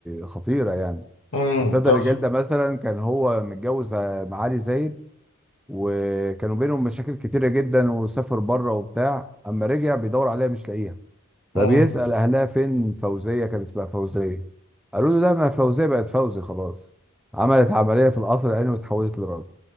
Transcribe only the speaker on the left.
امم
طب
امم